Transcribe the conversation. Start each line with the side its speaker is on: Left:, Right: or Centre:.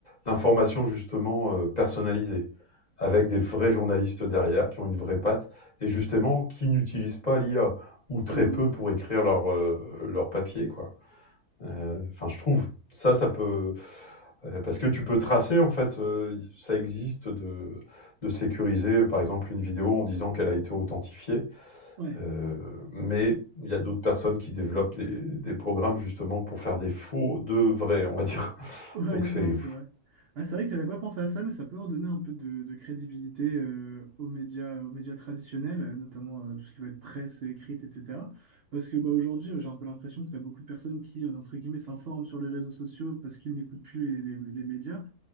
Left: l'information, justement, euh, personnalisée, avec des vrais journalistes derrière qui ont une vraie patte et justement qui n'utilisent pas l'IA ou très
Right: Hum,
Left: peu pour écrire leur, euh, leur papier, quoi. Heu, enfin, euh, je trouve. Ça, ça peut, heu, parce que tu peux tracer, en fait, heu, ça existe de de sécuriser, par exemple, une vidéo en disant qu'elle a été authentifiée,
Right: Ouais.
Left: heu, mais il y a d'autres personnes qui développent des des programmes justement pour faire des faux de vrais, on va dire.
Right: Ouais,
Left: Donc
Right: ça,
Left: c'est
Right: c'est vrai. Ah, c'est vrai que j'avais pas pensé à ça, mais ça peut redonner un peu de, de crédibilité euh, aux médias, aux médias traditionnels, euh, notamment euh, tout ce qui va être presse écrite, etc. Parce que bah, aujourd'hui, euh, j'ai un peu l'impression que tu as beaucoup de personnes qui, euh, entre guillemets, s'informent sur les réseaux sociaux parce qu'ils n'écoutent plus les, les- les médias.